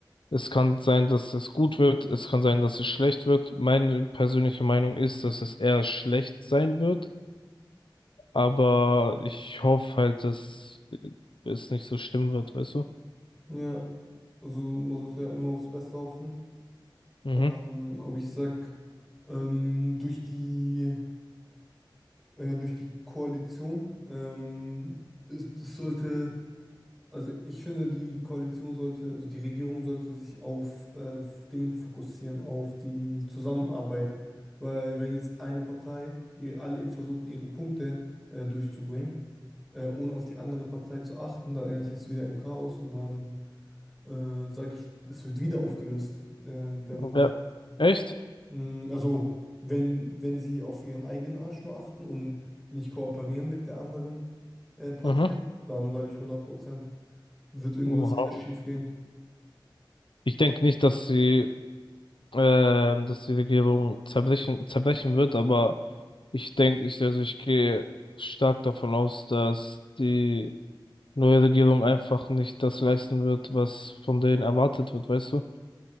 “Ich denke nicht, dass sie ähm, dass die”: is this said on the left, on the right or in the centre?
Left